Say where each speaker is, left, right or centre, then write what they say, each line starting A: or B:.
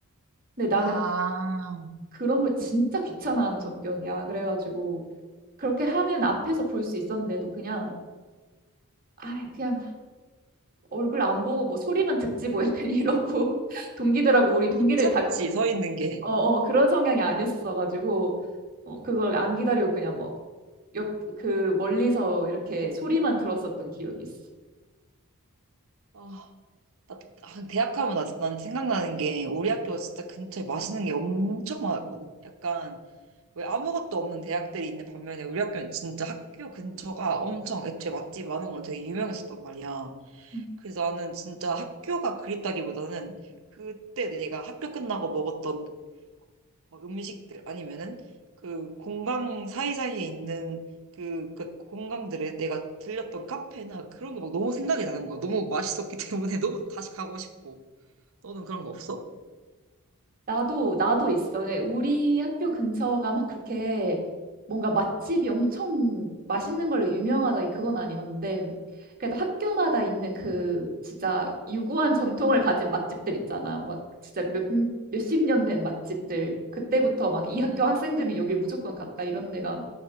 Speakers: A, on the right; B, on the right.
A: 근데 나는
B: 아,
A: 그, 그런 걸 진짜 귀찮아하는 성격이야. 그래가지고 그렇게 하면 앞에서 볼 수 있었는데도 그냥 아 그냥 얼굴 안 보고 뭐 소리만 듣지 뭐 약간 이러고 <laughs> 동기들하고 우리
B: 그
A: 동기들
B: 귀찮지
A: 다
B: 서 있는 게.
A: 어, 어, 그런 성향이 아니었어가지고 어, 그걸 안 기다리고 그냥 막 옆, 그 멀리서 이렇게 소리만 들었었던 기억이 있어.
B: 아, 나, 아, 대학 하면 나, 난 생각나는 게 우리 학교가 진짜 근처에 맛있는 게 엄청 많았거든. 약간 왜 아무것도 없는 대학들이 있는 반면에 우리 학교는 진짜 학교 근처가 엄청 애초에 맛집 많은 걸로 되게 유명했었단 말이야.
A: 음.
B: 그래서 나는 진짜 학교가 그립다기보다는 그때 내가 학교 끝나고 먹었던 막 음식들 아니면은 그 공강 사이사이에 있는 그, 그 공강들에 내가 들렸던 카페나 그런 게 막 너무 생각이 나는 거야. 너무 맛있었기 때문에 <laughs> 너무 다시 가고 싶어. 너는 그런 거 없어?
A: 나도, 나도 있어. 근데 우리 학교 근처가 막 그렇게 뭔가 맛집이 엄청 맛있는 걸로 유명하다, 그건 아니었는데, 그래도 학교마다 있는 그 진짜 유구한 전통을 가진 맛집들 있잖아. 막 진짜 몇, 몇십 년 된 맛집들. 그때부터 막
B: 음,
A: 이 학교 학생들은 여길 무조건 갔다 이런 데가